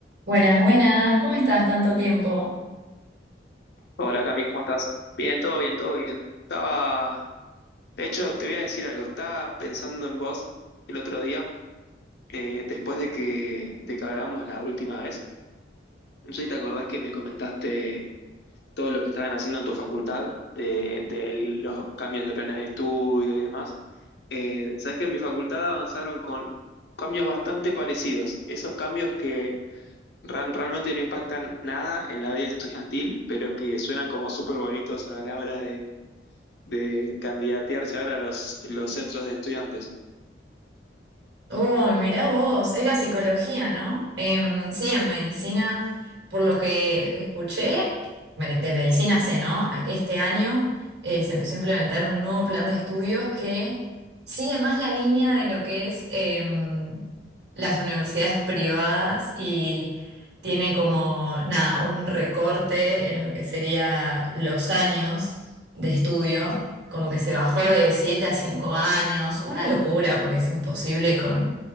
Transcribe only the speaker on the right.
Buenas, buenas, ¿cómo estás tanto tiempo?
Oh, mirá vos, era psicología, ¿no? Em, sí, en medicina, por lo que escuché, me- de medicina sé, ¿no? Este año eh, se empezó a implementar un nuevo plan de estudios que sigue más la línea de lo que es em, las universidades privadas y tiene como, nada, un recorte en lo que sería los años de estudio. como que se bajó de 7 a 5 años, una locura porque es imposible con,